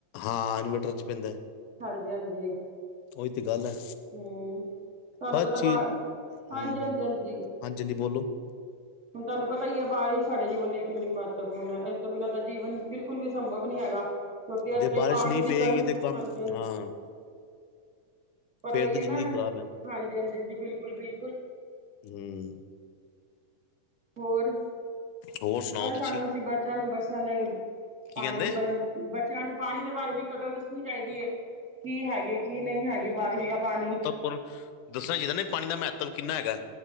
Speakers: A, on the left; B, on the right.
A: ਹਾਂ ਇਨਵੇਰਟਰ ਚ ਪੈਂਦਾ।
B: ਹਾਂਜੀ - ਹਾਂਜੀ।
A: ਓਹੀ ਤਾਂ ਗੱਲ ਹੈ।
B: ਹੂੰ ਤੁਹਾਨੂੰ
A: ਹਰ
B: ਪਤਾ
A: ਚੀਜ਼
B: ਬਾਹਰ ਹਾਂਜੀ-ਹਾਂਜੀ-ਹਾਂਜੀ।
A: ਹੂੰ ਹੂੰ ਹਾਂਜੀ ਹਾਂਜੀ ਬੋਲੋ
B: ਹੁਣ ਤੁਹਾਨੂੰ ਪਤਾ ਹੀ ਹੈ ਬਾਰਿਸ਼ ਸਾਡੇ ਜੀਵਨ ਲਈ ਕਿੰਨੀ ਮਹੱਤਵਪੂਰਨ ਹੈ। ਬਾਰਿਸ਼ ਤੋਂ ਬਿਨਾਂ ਜੀਵਨ ਬਿਲਕੁਲ ਵੀ ਸੰਭਵ ਨਹੀਂ ਹੈਗਾ। ਕਿਉਂਕਿ ਇਥੇ
A: ਜੇ ਬਾਰਿਸ਼
B: ਪਾਣੀ
A: ਨਹੀਂ
B: ਦੀ
A: ਪਏਗੀ
B: ਕਦਰ ਹਾਂਜੀ
A: ਤੇ ਕੰਮ
B: - ਹਾਂਜੀ
A: ਹਾਂ
B: ਪਰ
A: ਫੇਰ
B: ਉਹੀ
A: ਤੇ
B: ਹੈ
A: ਜ਼ਿੰਦਗੀ
B: ਨਾ।
A: ਖ਼ਰਾਬ ਹੈ
B: ਹਾਂਜੀ-ਹਾਂਜੀ ਬਿਲਕੁਲ- ਬਿਲਕੁਲ।
A: ਹਮ।
B: ਹੋਰ
A: ਹੋਰ ਸੁਣਾਓ
B: ਪਰ
A: ਤੁਸੀਂ
B: ਸਾਨੂੰ ਅਸੀਂ ਬੱਚਿਆਂ ਨੂੰ ਬੱਸਣ ਲਈ
A: ਕੀ
B: ਪਾਣੀ
A: ਕਹਿੰਦੇ
B: ਵੀ। ਬੱਚਿਆਂ ਨੂੰ ਪਾਣੀ ਦੇ ਬਾਰੇ ਵੀ ਕਦਰ ਦੱਸਣੀ ਚਾਹੀਦੀ ਹੈ। ਕੀ ਹੈਗੇ ਕਿ ਨਹੀਂ ਹੈਗੇ ਬਾਰਿਸ਼ ਦਾ ਪਾਣੀ।
A: ਦੱਸੋ ਨਾ ਪਾਣੀ ਦਾ ਮਹੱਤਵ ਕਿੰਨਾ ਹੈਗਾ।